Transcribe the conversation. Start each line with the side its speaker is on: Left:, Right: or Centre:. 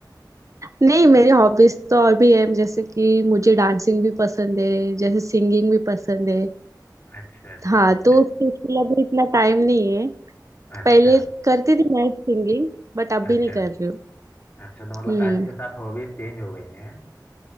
Right: नहीं मेरी हॉबीज तो और भी है जैसे कि मुझे डांसिंग भी पसंद है जैसे सिंगिंग भी पसंद है
Left: अच्छा अच्छा
Right: हाँ
Left: अच्छा
Right: तो उस चीज के लिए अभी इतना टाइम नहीं है
Left: अच्छा
Right: पहले करती थी मैं सिंगिंग बट अभी
Left: अच्छा
Right: नहीं कर रही हूँ
Left: अच्छा तो मतलब
Right: हम्म
Left: टाइम के साथ हॉबीज चेंज हो गई हैं